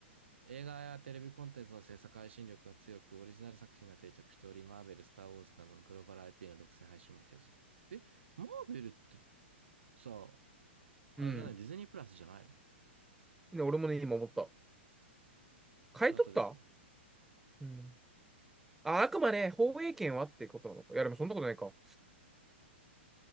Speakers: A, on the right; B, in the centre.
A: 映画やテレビコンテンツの制作配信力が強く、オリジナル作品が定着しており、マーベル、スター・ウォーズなどのグローバル IP の独占配信も継続。え、マーベルってさ、あれじゃないディズニープラスじゃないの
B: うん。で俺もね、今思った。買い取った
A: チャートですよね。
B: うん。あ、あくまで放映権はってことなのか。いや、でもそんなことないか。